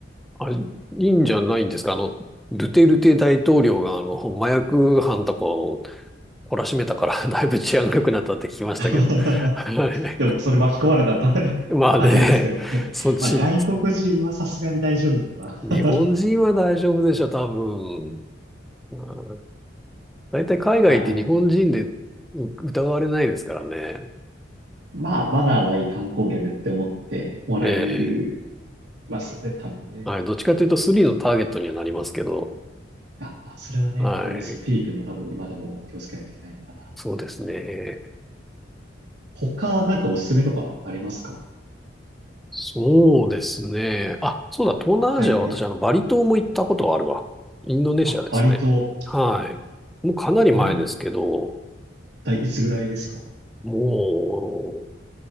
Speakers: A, in the centre; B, on the right (about 70°).
A: あ、いいんじゃないんですか。あの、ドゥテルテ大統領が、あの、麻薬犯とかを懲らしめたから、<laughs> だいぶ治安が良くなったって聞きましたけど。
B: か。<laughs>
A: はい。
B: でも、それ巻き込まれたら大変大変ですけどね。
A: まあね、そっち、
B: まあ、外国人はさすがに大丈夫かな。
A: 日本人は大丈夫でしょ、多分。うん大体海外って日本人でう疑われないですからね。
B: あの、まあ、マナーのいい観光客って思ってもらえる
A: ええ。
B: ますよね、多分ね。
A: はい。どっちかというとスリのターゲットにはなりますけど。
B: あ、まあ、それはね、
A: はい。
B: ありますね。フィリピンも多分今でも気をつけないといけないのかな。
A: そうですね。
B: 他、なんかおすすめとかありますか
A: そうですね。あ、そうだ、東南アジアは私、
B: 海外の。
A: あの、バリ島も行ったことはあるわ。インドネシアですね。
B: あ、バリ島。
A: はい。もうかなり前ですけど、
B: バリっていつぐらいですか
A: も